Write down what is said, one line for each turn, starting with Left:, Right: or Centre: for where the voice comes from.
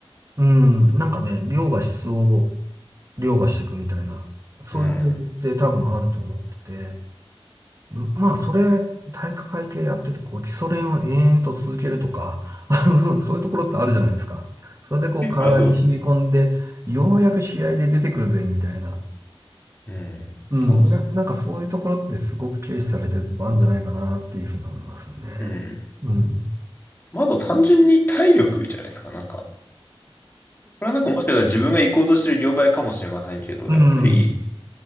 Right: うん。なんかね、量が質を凌駕していくみたいな、そういうフェーズって多分あると思ってて、
Left: うん。
Right: んまあ、それ、体育会系やってて、こう、基礎練を延々と続けるとか、<laughs> そうそういうところってあるじゃないですか。それでこう、体に染み込んで、
Left: あ、そうですね。
Right: ようやく試合で出てくるぜ、みたいな。
Left: うん、
Right: うん、
Left: そうっす。
Right: な、なんかそういうところってすごく軽視されてるとこあるんじゃないかなっていうふうに思いますよね。
Left: うん。
Right: うん。
Left: まあ、あと単純に体力じゃないですか、なんか。これはなんかもしかしたら自分が行こうとしてる業界かもしれませんけど、
Right: うん。
Left: やっぱり、